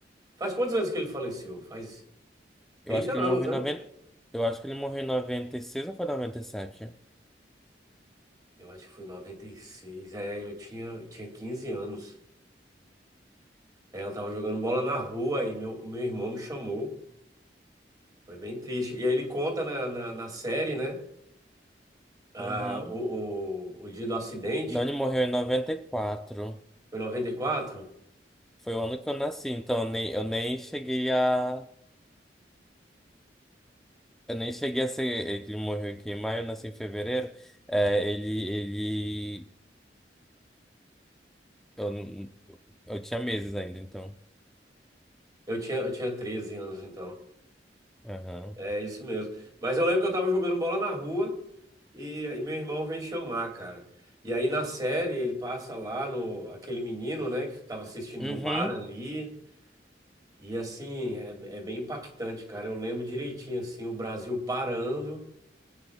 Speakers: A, on the right; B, in the centre.
A: Faz quantos anos que ele faleceu? Faz 30
B: Eu acho que ele
A: anos,
B: morreu em
A: né?
B: 90 eu acho que ele morreu em noventa e seis ou foi 97?
A: Eu acho que foi em noventa e seis É, eu tinha, eu tinha 15 anos. É, eu tava jogando bola na rua e meu, meu irmão me chamou. Foi bem triste. E aí ele conta na, na, na série, né? Ah,
B: Uhum.
A: o, o, o dia do acidente.
B: Não, ele morreu em noventa e quatro
A: Foi em 94?
B: Foi o ano que eu nasci, então eu nem, eu nem cheguei a. Eu nem cheguei a ser. Ele morreu aqui em maio, eu nasci em fevereiro. É, ele, ele. Eu, n- eu tinha meses ainda, então.
A: Eu tinha, eu tinha 13 anos, então.
B: Aham.
A: É isso mesmo. Mas eu lembro que eu tava jogando bola na rua e, e meu irmão vem chamar, cara. E aí na série ele passa lá no aquele menino, né, que tava assistindo
B: Uhum.
A: no bar ali. E assim, é, é bem impactante, cara. Eu lembro direitinho assim, o Brasil parando